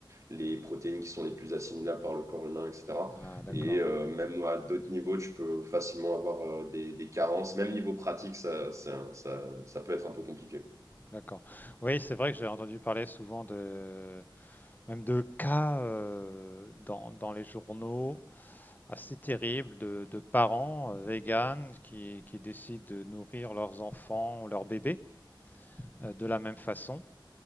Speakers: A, on the right; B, on the left.
A: les protéines qui sont les plus assimilables par le corps humain, etc.
B: Ah, d'accord.
A: Et euh,
B: ouais.
A: même à d'autres niveaux, tu peux facilement avoir euh, des, des carences. Même niveau pratique, ça, ça, ça, ça peut être un peu compliqué. quoi.
B: D'accord. Oui, c'est vrai que j'ai entendu parler souvent de même de cas euh, dans, dans les journaux assez terribles de, de parents euh, véganes qui, qui décident de nourrir leurs enfants ou leurs bébés euh, de la même façon.